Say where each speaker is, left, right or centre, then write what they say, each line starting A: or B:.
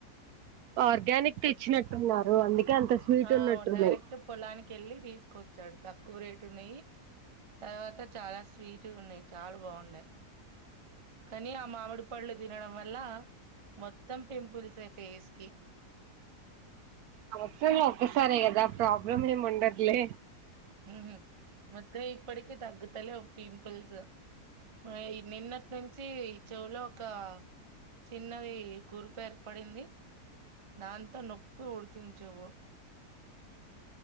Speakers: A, on the right; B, on the right.
A: ఆర్గానిక్ తెచ్చినట్టున్నారు అందుకే అంత స్వీట్
B: ఆ
A: ఉన్నట్టున్నాయి
B: డైరెక్ట్ పొలానికి ఎల్లి తీస్ కొచ్చాడు తక్కువ రేటు ఉన్నయి తర్వాత చాలా స్వీట్గా ఉన్నాయి చాలా బాగుండే కానీ ఆ మామిడి పళ్ళు తినడం వల్ల మొత్తం పింపుల్స్ ఏ ఫేస్ కి
A: వచ్చేది ఒకసారే కదా ప్రాబ్లం ఏం ఉండదులే
B: ఉహు మొత్తం ఇప్పటికి తగ్గుతలేవు పింపల్స్ మాయి నిన్న అప్పటి నుంచి ఈ చెవులో ఒక చిన్నది కురుపు ఏర్పడింది నాంతో నొప్పి పుడుతుంది చెవ్వు.